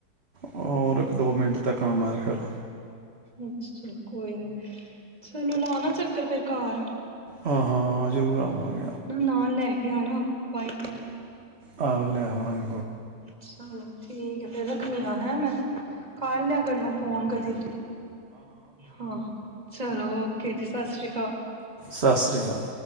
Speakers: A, on the right; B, on the right.
A: ਹੋਰ ਇੱਕ ਦੋ ਮਿੰਟ ਤੱਕ ਆ ਫਿਲਹਾਲ
B: ਅੱਛ ਚਲੋ ਕੋਈ ਨੀ ਚਲੋ ਲਾ ਨਾ ਚੱਕਰ ਫੇਿਰ ਘਰ
A: ਹਾਂ ਹਾਂ ਆ ਜੂਆ ਮੈਂ
B: ਨਾਲ ਲੈ ਕੇ ਆਣਾ ਵਾਈਫ ਨੂੰ
A: ਆ ਹੋ ਲੈ ਆਵਾਂਗੇ
B: ਚਲੋ ਠੀਕ ਹੈ ਫਿਰ ਰੱਖਣੀ ਆ ਹੈ ਮੈਂ ਕਰ ਲਿਆ ਕਰਨਾ ਫੋਨ ਕਦੀ ਹਾਂ ਚਲੋ ਓਕੇ ਜੀ ਸਤਿ ਸ੍ਰੀ
A: ਸਤਿ ਸ਼੍ਰੀ ਅਕਾਲ